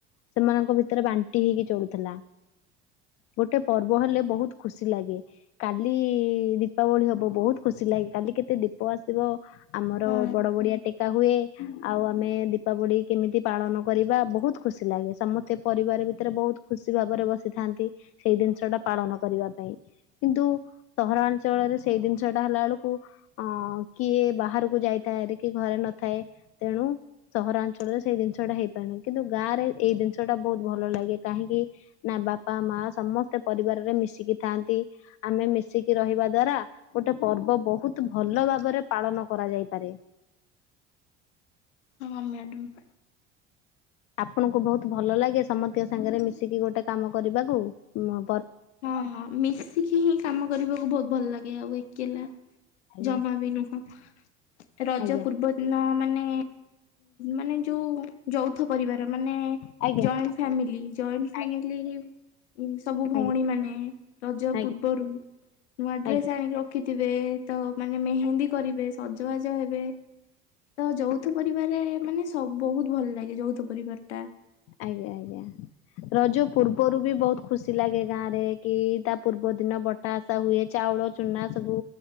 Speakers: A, on the left; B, on the left.
A: ସେମାନଙ୍କ ଭିତରେ ବାଣ୍ଟି ହେଇକି ଚଳୁଥିଲା। ଗୋଟେ ପର୍ବ ହେଲେ ବହୁତ ଖୁସି ଲାଗେ କାଲି ଦୀପାବଳି ହବ ବହୁତ ଖୁସି ଲାଗେ କାଲି କେତେ ଦୀପ ଆସିବ। ଆମର
B: ହଁ
A: ବଡ ବଡିଆ ଟେକା ହୁଏ। ଆଉ ଆମେ ଦୀପାବଳି କେମିତି ପାଳନ କରିବା ବହୁତ ଖୁସି ଲାଗେ ସମସ୍ତେ ପରିବାର ଭିତରେ ବହୁତ ବହୁତ ଖୁସି ଭାବରେ ବସିଥାନ୍ତି ସେଇ ଜିନିଷଟା ପାଳନ କରିବା। କିନ୍ତୁ ସହରାଞ୍ଚଳରେ ସେଇ ଜିନିଷ ଟା ହେଲା ବେଳକୁ ଅଁ କିଏ ବା ବାହାରକୁ ଯାଇଥାଏ କି ଘରେ ନଥାଏ ତେଣୁ ସହରାଞ୍ଚଳରେ ସେଇ ଜିନିଷଟା ହେଇପାରୁନାହିି କିନ୍ତୁ ଗାଁରେ ଏଇ ଜିନିଷ ସେଟା ବହୁତ ଭଲ ଲାଗେ କାହିଁକି ନା ବାପା ମା ସମସ୍ତେ ପରିବାରରେ ମିଶିକି ଥାନ୍ତି ଆମେ ମିଶିକି ରହିବା ଦ୍ଵାରା ଗୋଟେ ପର୍ବ ବହୁତ ଭଲ ଭାବରେ ପାଳନ କର ଯାଇପାରେ। <inaudible>
B: ହଁ ମ୍ୟାଡାମ୍
A: ଆପଣଙ୍କୁ ବହୁତ ଭଲ ଲାଗେ ସମସ୍ତଙ୍କ ସାଙ୍ଗରେ ମିଶିକି ଗୋଟେ କାମ କରିବାକୁ ମ
B: ହଁ ହଁ ମିଶିକି ହିଁ କାମ କରିବାକୁ ବହୁତ ଭଲ ଲାଗେ ଆଉ ଏକେଲା
A: ଆଜ୍ଞା
B: ଜମାଵି ନୁହୁଁ। ରଜ
A: ଆଜ୍ଞା
B: ପୂର୍ବ ଦିନ ମାନେ ମାନେ ଯୋଉ ଯୌଥ ପରିବାର ମାନେ
A: ଆଜ୍ଞା
B: ଜଏଣ୍ଟ ଫ୍ୟାମିଲି ଜଏଣ୍ଟ ଫ୍ୟା
A: ଆଜ୍ଞା
B: ମିଲି। ସବୁ
A: ଆଜ୍ଞା
B: ଭଉଣୀ ମାନେ ରଜ
A: ଆଜ୍ଞା
B: ପୂର୍ବରୁ ନୂଆ ଡ୍ରେସ
A: ଆଜ୍ଞା ଆଜ୍ଞା
B: ଆଣିକି ରଖିଥିବେ ତ ମାନେ ମେହେନ୍ଦୀ କରିବେ ସଜବାଜ ହେବେ। ତ ଯୌଥ ପରିବାରରେ ମାନେ ସବ ବହୁତ ଭଲ ଲାଗେ ଯୌଥ ପରିବାର ଟା।
A: ଆଜ୍ଞା ଆଜ୍ଞା ରଜ ପୂର୍ବରୁ ବି ବହୁତ ଖୁସି ଲାଗେ ଗାଁ ରେ କି ତା ପୂର୍ବ ଦିନ ବଟା ବଟା ହୁଏ ଚାଉଳ ଚୁନା ସବୁ